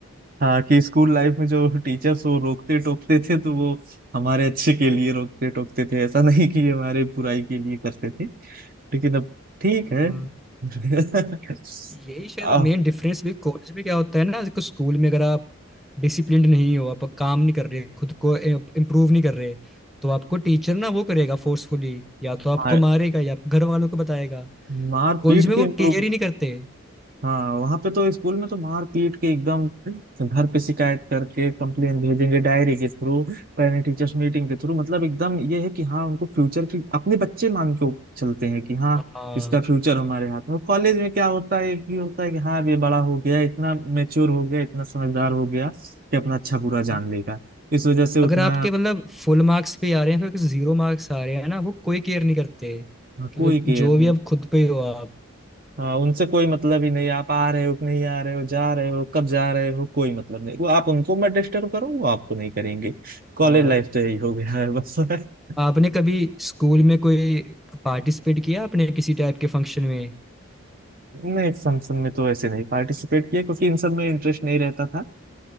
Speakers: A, on the right; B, in the centre.
A: हाँ कि स्कूल लाइफ में जो टीचर्स वो रोकते टोकते थे तो वो हमारे अच्छे के
B: हाँ।
A: लिए रोकते टोकते थे ऐसा नहीं कि हमारे बुराई के लिए करते थे लेकिन अब ठीक है
B: हाँ।
A: <laughs>
B: यही शायद
A: अब
B: मेन डिफरेंस भी कॉलेज में क्या होता है ना देखो स्कूल में अगर आप डिसिप्लिन नहीं हो आप काम नहीं कर रहे खुद को इम्प्रूव नहीं कर रहे तो आपको टीचर ना वो करेगा फोर्सफुली या तो आपको
A: हाँ
B: मारेगा या घर वालों को बताएगा
A: मार
B: कॉलेज
A: पीट
B: में
A: के
B: वो
A: इम्प्रूव
B: केयर ही नहीं करते
A: हाँ वहां पे तो स्कूल में तो मार पीट के एकदम घर पे शिकायत करके कंप्लेन भेजेंगे डायरी के थ्रू पेरेंट टीचर्स मीटिंग के थ्रू मतलब एकदम ये है कि हाँ उनको फ्यूचर की अपने बच्चे मान के चलते हैं कि हाँ
B: हाँ
A: इसका फ्यूचर हमारे हाथ में कॉलेज में क्या होता है एक ही होता है कि हाँ अब ये बड़ा हो गया इतना मेच्योर हो गया इतना समझदार हो गया कि अपना अच्छा बुरा जान
B: हाँ।
A: लेगा इस वजह से उतना
B: अगर आपके मतलब फुल मार्क्स पे आ रहे हैं फिर जीरो मार्क्स आ रहे हैं ना वो कोई केयर नहीं करते कि
A: कोई
B: मतलब
A: केयर
B: जो भी आप खुद पे हो आप
A: हाँ उनसे कोई मतलब ही नहीं आप आ रहे हो कि नहीं आ रहे हो जा रहे हो कब जा रहे हो कोई मतलब नहीं वो आप उनको मत डिस्टर्ब करो वो आपको नहीं करेंगे कॉलेज
B: हाँ
A: लाइफ तो यही हो गया है बस <laughs>
B: आपने कभी स्कूल में कोई पार्टिसिपेट किया आपने किसी टाइप के फंक्शन में
A: नहीं फंक्शन में तो ऐसे नहीं पार्टिसिपेट किया क्योंकि इन सब में इंटरेस्ट नहीं रहता था